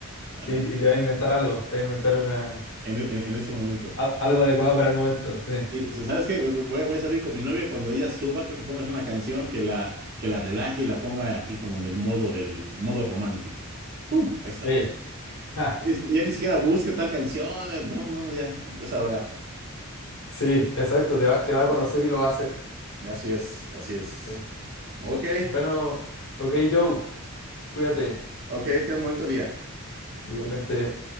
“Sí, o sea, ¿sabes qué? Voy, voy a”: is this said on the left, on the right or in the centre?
Right